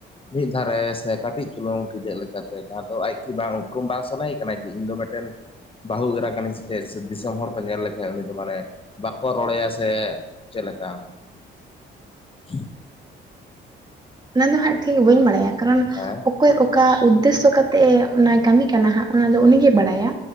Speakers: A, on the left; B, on the right.
A: ᱢᱤᱫ ᱫᱷᱟᱨᱮ ᱥᱮ ᱠᱟᱹᱴᱤᱡ ᱪᱩᱞᱩᱝ ᱴᱤᱰᱟᱹᱜ ᱞᱮᱠᱟᱛᱮ ᱡᱟᱦᱟᱸ ᱛᱚ ᱟᱡᱠᱤ ᱵᱟᱝ ᱩᱯᱨᱩᱢ ᱵᱟᱝ ᱥᱟᱱᱟᱭᱮ ᱠᱟᱱᱟ ᱡᱮ ᱤᱧ ᱫᱚ ᱢᱤᱫᱴᱮᱱ ᱵᱟᱹᱦᱩ ᱮᱨᱟ ᱠᱟᱹᱱᱟᱹᱧ ᱪᱮᱫ ᱥᱮ ᱫᱤᱥᱚᱢ ᱦᱚᱲ ᱠᱚ ᱧᱮᱞ ᱞᱮᱠᱷᱟᱱᱡ ᱩᱱᱤ ᱫᱚ ᱢᱟᱱᱮ ᱵᱟᱠᱚ ᱨᱚᱲᱟᱭᱟ ᱥᱮ ᱪᱮᱫ ᱞᱮᱠᱟ? <inaudible>
B: ᱚᱱᱟ ᱫᱚ ᱦᱟᱸᱜ ᱴᱷᱤᱠ ᱵᱟᱹᱧ ᱵᱟᱲᱟᱭᱟ ᱠᱟᱨᱚᱱ
A: ᱦᱮᱸ?
B: ᱚᱠᱚᱭ ᱚᱠᱟ ᱩᱫᱽᱫᱮᱥᱥᱚ ᱠᱟᱛᱮᱜ-ᱮ ᱚᱱᱟᱭ ᱠᱟᱹᱢᱤ ᱠᱟᱱᱟ ᱦᱟᱸᱜ ᱚᱱᱟ ᱫᱚ ᱩᱱᱤᱜᱮ ᱵᱟᱲᱟᱭᱟ᱾